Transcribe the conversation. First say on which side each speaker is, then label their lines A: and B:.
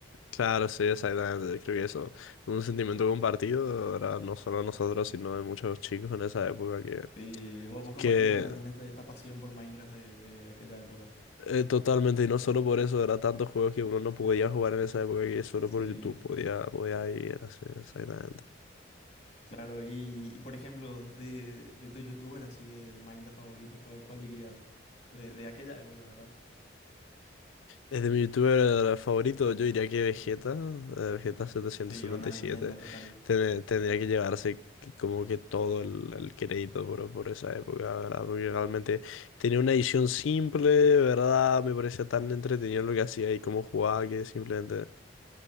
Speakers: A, on the left; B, on the left.
A: Claro, sí, exactamente. Creo que eso, un sentimiento compartido, ¿verdad? No solo de nosotros, sino de muchos chicos en esa época que,
B: Sí, vos, vos compartiste
A: que
B: también este- esta pasión por Minecraft de, de aquella época.
A: Eh, totalmente, y no solo por eso, era tantos juegos que uno no podía jugar en esa época que solo
B: Sí,
A: por YouTube podía, podía vivir así, exactamente.
B: claro. Y, y, por ejemplo, de, de tus youtubers así de, de Minecraft favoritos, ¿cuál, cuál dirías? De, de aquella época, ¿verdad?
A: Desde mi youtuber eh, favorito, yo diría que Vegeta, eh, Vegeta 777,
B: Sí, una leyenda total.
A: ten- tendría que llevarse que- como que todo el, el crédito por, por esa época, ¿verdad? Porque realmente tenía una edición simple, ¿verdad? Me parecía tan entretenido lo que hacía y cómo jugaba que simplemente